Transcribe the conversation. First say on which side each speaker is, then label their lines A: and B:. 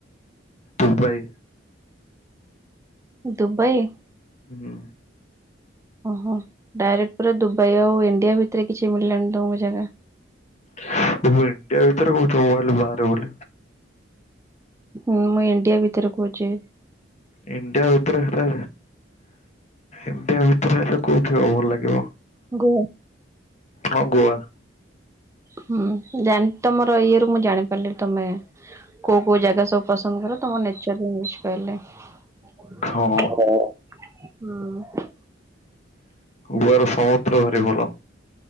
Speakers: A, on the left; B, on the right.
A: ଦୁବାଇ।
B: ଦୁବାଇ।
A: ହୁଁ।
B: ଓହୋ ଡାଇରେକ୍ଟ ପୁରା ଦୁବାଇ ଆଉ ଇଣ୍ଡିଆ ଭିତରେ କିଛି ମିଳିଲାଣି ତମକୁ ଜାଗା।
A: ତମେ ଇଣ୍ଡିଆ ଭିତରେ କହୁଛ ମୁଁ ଭାବିଲି ବାହାରେ ବୋଲି।
B: ମୁଁ ଇଣ୍ଡିଆ ଭିତରେ କହୁଛି।
A: ଇଣ୍ଡିଆ ଭିତରେ ହେଲେ, ଇଣ୍ଡିଆ ଭିତରେ ହେଲେ କୋଉଠି ଭଲ ଲାଗିବ?
B: ଗୋଆ।
A: ହଁ ଗୋଆ।
B: ହୁଁ ଜାଣି ତମର ଇଏ ରୁ ମୁଁ ଜାଣି ପାରିଲି ତମେ କୋଉ କୋଉ ଜାଗା ସବୁ ପସନ୍ଦ କର ତମ ନେଚର ରୁ ମୁଁ ବୁଝିପାରଲି। ହୁଁ।
A: ହଁ ଗୋଆ ର ସମୁଦ୍ର ଭାରି ଭଲ।